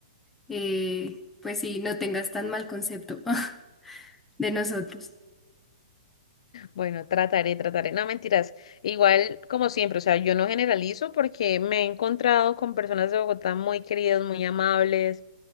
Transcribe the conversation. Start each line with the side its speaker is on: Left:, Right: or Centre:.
Centre: eh, pues sí, no tengas tan mal concepto <laughs> de nosotros.
Left: Bueno, trataré, trataré. No, mentiras. Igual, como siempre, o sea, yo no generalizo porque me he encontrado con personas de Bogotá muy queridas, muy amables,